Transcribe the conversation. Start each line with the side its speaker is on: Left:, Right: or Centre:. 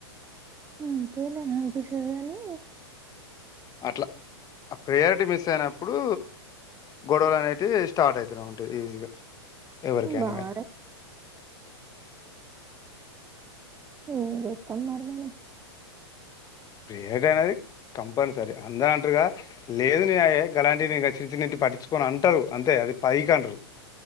Right: అంతే లే అపేసారు కాని
Left: అట్లా ఆ ప్రయారిటీ మిస్ అయినప్పుడు గొడవలు అనేటివి స్టార్ట్ అయితునే ఉంటాయి ఈజీగా ఎవరికైనాగాని
Right: చేస్తాం బాధ ఏం చేతన్నారు మరి
Left: ప్రియారిటీ అనేది కంపల్సరీ అందరంటరుగా లేదు న గలాంటివి నేను చిన్న చిన్నటి పట్టించుకొను అంటరు. అంతే అది పైకి అంటరు